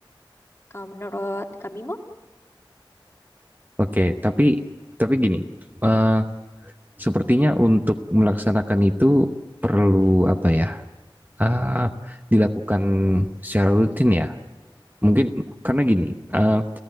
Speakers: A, on the left; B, on the right.
A: kalau menurut Kak Bimo,
B: oke. Tapi tapi gini, eh, sepertinya untuk melaksanakan itu perlu apa ya? Ah, dilakukan secara rutin ya. Mungkin karena gini, eh,